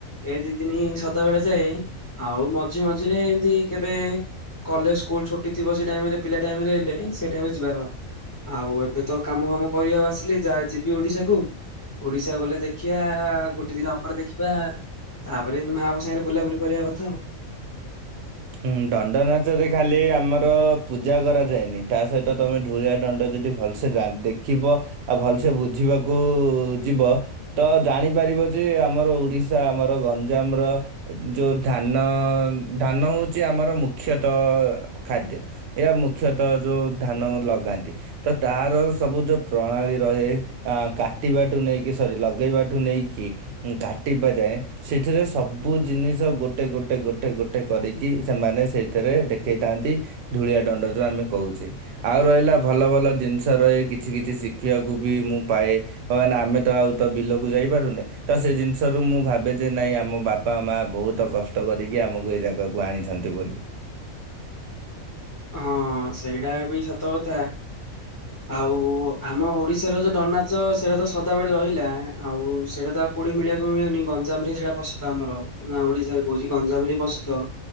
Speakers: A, on the left; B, on the right.
A: ଏ ଦି ଦିନି ସଦାବେଳେ ଯାଏ ଆଉ ମଝି ମଝିରେ ଏମତି କେବେ। କଲେଜ ସ୍କୁଲ ଛୁଟି ଥିବ ସେ ଟାଇମ ରେ ପିଲା ଟାଇମ ହେଲେ ସେଇଟା ବି ଯିବାର ଆଉ ଏବେ ତ କାମ ଫାମ କରିକି ଆସିଲି ଯାହା ଯିବି ଓଡିଶା କୁ ଓଡିଶା ଗଲେ ଦେଖିବା ଗୋଟେ ଦିନ ଅପେରା ଦେଖିବା ତାପରେ ମା ବୋଉ ସାଙ୍ଗରେ ବୁଲାବୁଲି କରିବା କଥା ଆଉ।
B: ହୁଁ ଦଣ୍ଡ ନାଚରେ ଖାଲି ଆମର ପୂଜା କରାଯାଏନି ତା ସହିତ ତମେ ଧୂଳିଆ ଦଣ୍ଡ ଯଦି ଭଲ ସେ ଦେଖିବ ଆଉ ଭଲସେ ବୁଝିବାକୁ ଯିବ ତ ଜାଣିପାରିବ ଯେ ଆମର ଓଡିଶା ଆମର ଗଞ୍ଜାମର ଯେଉଁ ଧାନ ଧାନ ହେଉଛି ଆମର ମୁଖ୍ୟତଃ ଖାଦ୍ୟ। ଏହା ମୁଖ୍ୟତଃ ଯୋଉ ଧାନ ଲଗାନ୍ତି ତ ତାର ସବୁ ଯୋଉ ପ୍ରଣାଳୀ ରହେ। ହଁ କାଟିବା ଠୁ ନେଇକି ସରି ଲଗେଇବା ଠୁ ନେଇକି। କାଟିବା ଯାଏଁ ସେଥିିରେ ସବୁ ଜିନିଷ ଗୋଟେ ଗୋଟେ ଗୋଟେ ଗୋଟେ କରିକି। କି ସେମାନେ ସେଇଥିରେ ଦେଖେଇ ଥାନ୍ତି ଧୂଳିଆ ଦଣ୍ଡ ଯୋଉ ଆମେ କହୁଛେ। ଆଉ ରହିଲା ଭଲ ଭଲ ଜିନିଷ ରହେ କିଛି କିଛି ଶିଖିବାକୁ ବି ମୁଁ ପାଏ। କାଇଁ ନା ଆମେ ତ ଆଉ ତ ବିଲକୁ ଯାଇ ପାରୁନେ। ତ ସେ ଜିନିଷ ରୁ ମୁଁ ଭାବେ ଯେ ନାଇଁ ଆମ ବାପା ମା ବହୁତ କଷ୍ଟ କରିକି ଆମକୁ ଏଇ ଜାଗା କୁ। କୁ ଆଣିଛନ୍ତି ବୋଲି।
A: ହଁ ସେଇଟା ବି ସତ କଥା।
B: ହ
A: ଆଉ ଆମ ଓଡିଶାର ଯୋଉ ଦଣ୍ଡ ନାଚ ସେଇଟା ତ ସଦାବେଳେ ରହିଲା ଆଉ ସେଇଟା ତ। କୋଉଠି ମିଳେ କି ମିଳେନି ଗଞ୍ଜାମରେ ସେଇଟା ପ୍ରସିଦ୍ଧ ଆମର ନା ଓଡିଶା ରେ କହୁଛି ଗଞାମ ରେ ପ୍ରସିଦ୍ଧ।